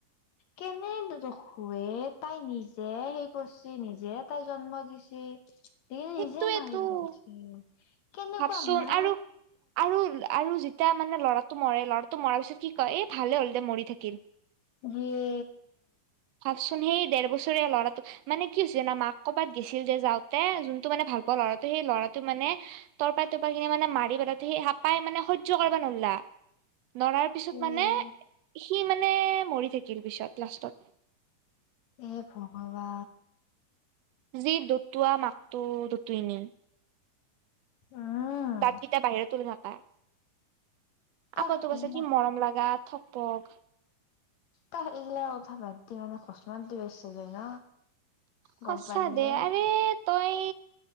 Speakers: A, on the left; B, on the right.
A: কেনে ৰখুৱে তাই নিজে হেৰি কৰিছে নিজে তাই জন্ম দিছ দ
B: সেইটোৱেতো
A: নিজে মাৰি পেলচ কেনেকুৱা
B: ভাবচোন
A: মা
B: আৰু আৰু আৰু যেতিয়া মানে ল'ৰাটো মৰে লৰাটো মৰাৰ পিছত কি কয় এই ভালে হ'ল দে মৰি থাকিল
A: যিয়ে
B: ভাবচোন সেই দেেৰ বছৰীয়া ল'ৰাটো মানে কি হৈছে মাক কৰ'বাত গেছিল যে যাওঁতে যোনটো মানে ভাল পোৱা ল'ৰাটো সেই ল'ৰাটো মানে তৰপাই তৰপাই কিনে মানে মাৰি পেলা সেই সাপাই মানে সহ্য় কৰিবা নোলা নৰাৰ পিছত
A: ইয়ে
B: মানে সি মানে ানে মৰি থাকিল পিছত লাষ্টত
A: এইব অা
B: যি দুতুৱা মাকটো দুটই ন
A: উম
B: দাঁতকেইটা বাহিৰ তুলি নাপায়
A: তাহ
B: আকৌ ত
A: এইগিলা
B: কছে কি মৰম লগাগাত থপক
A: ত এইগিলা অ ভ বাদ দি মানে খচ মাত দি বছে য ন
B: সঁচা
A: গম পালি
B: দে
A: এ
B: আৰে তই